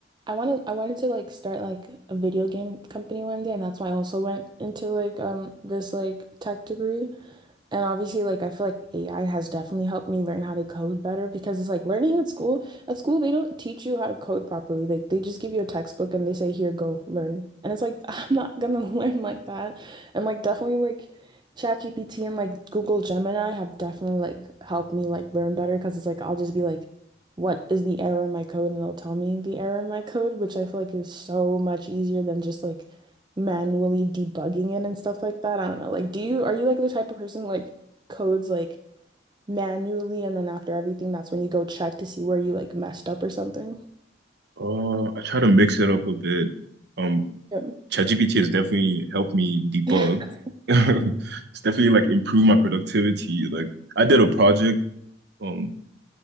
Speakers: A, on the right; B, on the right.
A: I wanted I wanted to like start like a video game company one day and that's why I also went into like um this like tech degree. And obviously, like I feel like AI has definitely helped me learn how to code better because it's like learning at school. At school, they don't teach you how to code properly. Like they just give you a textbook and they say, "Here, go learn." And it's like <laughs> I'm not gonna <laughs> learn like that. And like definitely like ChatGPT and like Google Gemini have definitely like helped me like learn better because it's like I'll just be like, "What is the error in my code?" and it'll tell me the error in my code, which I feel like is so much easier than just like manually debugging it and stuff like that. I don't know. Like, do you are you like the type of person who, like codes like manually and then after everything, that's when you go check to see where you like messed up or something?
B: Uh, I try to mix it up a bit. Um,
A: Yep.
B: ChatGPT has definitely helped me debug.
A: <laughs>
B: <laughs> It's definitely like improved my productivity. Like I did a project um